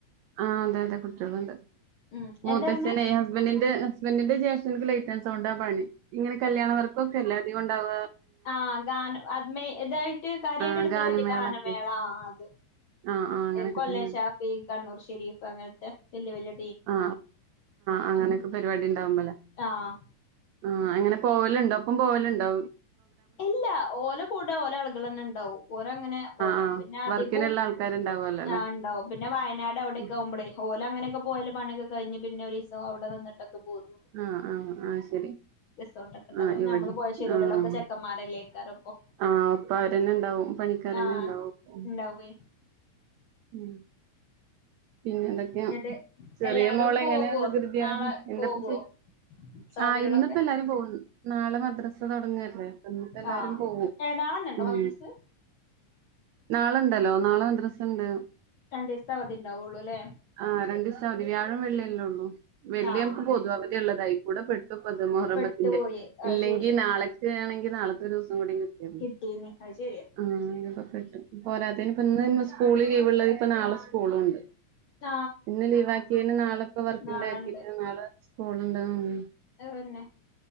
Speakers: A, on the right (about 85°); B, on the left (about 70°).
A: ആ അതെ അതെ കുട്ടിച്ചോളൂണ്ട്
B: ഉം
A: മൂത്തച്ഛന
B: എന്താ പറഞ്ഞേ
A: ഹസ്ബൻഡന്റെ ഹസ്ബൻഡിന്റെ ജെസ്ട്ടൻക് ലൈസസൊൻണ്ടാ പണി ഇങ്ങനെ കല്യാണവർക്കൊ ഒക്കെല്ല അധിക ഉണ്ടാവ
B: ആ ഗാനഅ ത് മേ ഇതായിട്ട് കാര്യമായിട്ട്
A: ആഹ്
B: എടുക്കൽ
A: ഗാനമേളൊക്കെ
B: മറ്റ ഗാനമേള ആ അത്
A: ആഹ് ആഹ് അങ്ങനൊക്കെ
B: കൊല്ലം
A: തന്നെയാണ്.
B: ഷാഫി കണ്ണൂർ ഷെരീഫ് അങ്ങനത്തെ വലിയ വലിയ
A: ആ ആഅങ്ങനൊക്കെ പരിപാടി ഉണ്ടാവുമ്പല്ലേ
B: ആഹ്
A: ആ അങ്ങനെ പോവലുണ്ടോ ഒപ്പം പോവലുണ്ടോ
B: ഇല്ല ഓല കൂടെ ഓല ആളുകൾ തന്നെ ഉണ്ടാവും ഓര അങ്ങനെ പോല
A: ആഹ്
B: പിന്നെ അധികവും
A: വർക്കിന്ള്ള ആൾക്കാര്ണ്ടാവല്ലോ
B: ആ ഉണ്ടാവും പിന്നെ വയനാട്
A: ല്ലേ.
B: അവിടെയൊക്കെ ആവുമ്പോളേ ഹോല അങ്ങനെ ഒക്ക പോയല് പണിയൊക്കെ കഴിഞ് പിന്നെ ഒരീസംഅവിടെ നിന്നിട്ട്ഒക്കെ ക്കെ പൊന്നു
A: ആഹ് ആഹ് ആഹ് ശരി
B: റിസോർ ഒക്കെണ്ട്
A: ആഹ്
B: അപ്പ
A: ഇവിടെ
B: നമ്മൾ പോയൽ ശരിയവുല്ലല്ലോ
A: ആഹ്
B: ഒക്കെ ചെക്ക കമാരെ ലേക്കരം ഒപ്പം
A: ആഹ് അപ്പ അവരന്നെ ഉണ്ടാവും പണിക്കാരന്നെ
B: അ
A: ഉണ്ടാവും അപ്പൊ
B: ഇണ്ടാവേ
A: ഉം പിന്നെ എന്തൊക്കെയാ
B: എന്നിട്ട്
A: ചെറിയ
B: എല്ലാരും
A: മോള
B: പോകുവോ
A: എങ്ങനെയ വികൃതി
B: നാളെ
A: എന്തൊപ്പ
B: പോകുവോ
A: ചെയ
B: സഹോദരികളൊക്കെ
A: ആ ഇന്നിപ്പോ എല്ലാരും പോക്കും നാളെ മദ്രാസ തുടങ്ങല്ലേ ഇന്ന് പ്പ എല്ലാരും
B: ആഹ്
A: പോവും
B: ഏ നാളെന്നെ ഉണ്ടോ
A: ഉം
B: മദ്രസ്
A: നാളണ്ടല്ലോ നാളെ മദ്രസുണ്ട്
B: രണ്ട് ദിവസത്തെ അവധി ഉണ്ടാവുള്ളൂ അല്ലേ
A: ആ രണ്ടു ദിവസ അവധി വ്യാഴം വെള്ളിയെല്ലേ ഉള്ളൂ വെള്ളി
B: ആഹ്
A: നമുക്ക് പൊതുവ അവതി ഉള്ളതായികൂടെ പെട്ട പ്പ ത് മുഹറം
B: പെട്ടുപോയി
A: പത്തിന്റെ
B: അത്
A: ഇല്ലെങ്കിൽ
B: ശരിയാ
A: നാളെക്ക ആണെങ്കിൽ നാളെത്തെരു ത്തും കൂടി കിട്ടിനു
B: കിട്ടീന്ന് അത് ശരിയാ
A: ആയിലൊക്കെ പെട്ടു പോരാത്തിന്പ്പഇന്ന് സ് സ്കൂൾ ലീവള്ളത് ഇപ്പ നാളെ സ്കൂളും ഉണ്ട്
B: ആ
A: ഇന്ന് ലീവ് ആക്കിയെന് നാളെ അപ്പോ വർക്കിംഗ്
B: നാളെണ്ട്
A: ഡേ ആക്കിട്ട് നാളെ സ്കൂളോണ്ടെന്ന് തോന്നു
B: പിന്നെ